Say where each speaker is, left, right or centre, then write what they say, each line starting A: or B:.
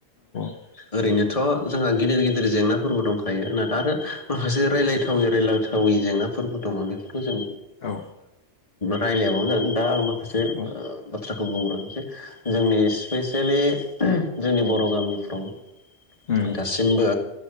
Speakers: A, on the left; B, on the left.
A: औ
B: ओरैनो थ' जोंहा गिदिर गिदिर जेंनाफोरबो दंखायो ना आरो माखासे रायलायदोंबा थावै रायलायथावै जेंनाफोरबो दङ बेफोर खौ जों
A: औ
B: रायलायाबावो ओं दा आं माखासे ओ बाथ
A: औ
B: बाथ्राखौ बुंग्रोनो सै जोंनि स्पेसेलि ओ जोंनि बर' गामिफ्राव ओ
A: उम
B: दासिमबो